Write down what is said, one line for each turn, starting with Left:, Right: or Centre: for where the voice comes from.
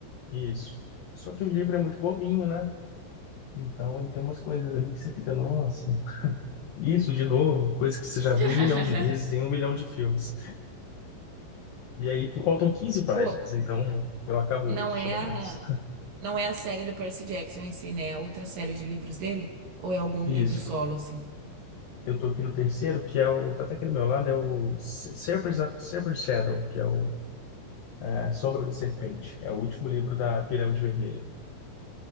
Left: Isso. Só que o livro é muito bobinho, né? Então, ele tem umas coisas ali que você fica, nossa, isso de novo, coisa que você já viu
Right: <laughs>
Left: um milhão de vezes em um milhão de filmes. E aí, faltam 15 páginas,
Right: Pô,
Left: então eu acabo
Right: Não
Left: hoje,
Right: é
Left: pelo
Right: a,
Left: menos.
Right: não é a série do Percy Jackson em si, né? É outra série de livros dele? Ou é algum
Left: Isso.
Right: livro solo, assim?
Left: Eu tô aqui no terceiro, que é o. Tá até aqui do meu lado, é o Se- Serpent's, Serpent's Shadow, que é o é, a Sombra da Serpente. É o último livro da Pirâmide Vermelha.